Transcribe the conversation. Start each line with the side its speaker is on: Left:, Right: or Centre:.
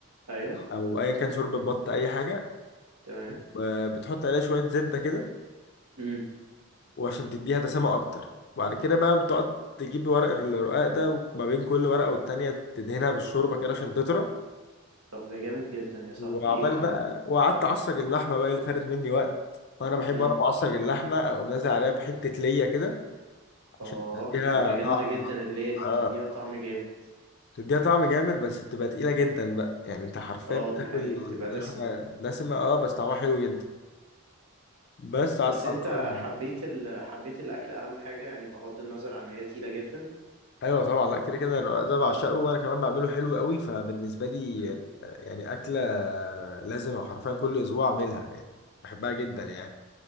Right: ايوه
Left: أو أيا كان شوربة بط أي حاجة
Right: تمام
Left: و- بتحط عليها شوية زبدة كده
Right: مم.
Left: وعشان تديها دسامة أكتر وبعد كده بقى بتقعد تجيب ورق الرقاق ده وما بين كل ورقة والتانية تدهنها بالشوربة كده عشان تطرى
Right: طب ده جامد جدا يا صاحبي
Left: وعبال
Right: ايه كمان
Left: بقى وقعدت أعصج اللحمة بقى اللي خدت مني وقت وأنا بحب
Right: امم
Left: وأنا بعصج اللحمة أقوم نازل عليها بحتة ليا كده
Right: اه
Left: عشان تديها
Right: بتبقى
Left: طعم
Right: جامدة جدا اللي هي دي بتديها
Left: اه
Right: طعم جامد
Left: تديها طعم جامد بس بتبقى تقيلة جدا بقى يعني انت حرفيا
Right: اه
Left: بتاكل
Right: دي حقيقة بتبقى دسمة
Left: لحمة دسمة اه بس طعمها حلو جدا بس قعدت
Right: بس انت
Left: اقارنهم
Right: حبيت
Left: بقى
Right: ال... حبيت الاكل اهم حاجة يعني بغض النظر عن ان هي تقيلة جدا
Left: ايوه طبعا لا كده كده الرقاق ده بعشقه وانا كمان بعمله حلو قوي فبالنسبة لي
Right: امم
Left: آه، يعني أكلة لازم حرفيا كل اسبوع اعملها يعني بحبها جدا يعني